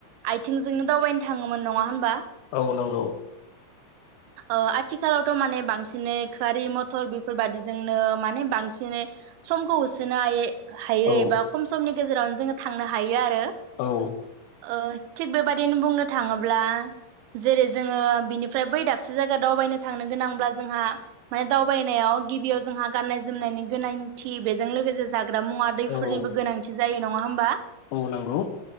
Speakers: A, on the right (about 80°); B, on the left (about 80°).
A: आथिंजोंनो दावबायनो थाङोमोन । नङा होनबा?
B: औ नोंगौ ।
A: ओ आथिखालावथ माने बांसिन खारि मथर बेफोर बादिजोंनो माने बांसिनै समखौ होसोनो हायो हायो
B: औ
A: एबा खम समनि गेजेरावनो जोङो थांनो हायो आरो
B: औ
A: ओ थिग बेबादिनो बुंनो थाङोब्ला जेरै जोङो बिनिफ्राय बै दाबसे जायगायाव दावबायनो थांनो गोनांब्ला जोंहा माने दावबायनायाव गिबियाव जोंहा गाननाय जोमनायनि गोनांथि बेजों लोगोसे जागोन मुवा दैफोरनिबो
B: औ
A: गोनांथि जायो नङा होमबा
B: औ नंगौ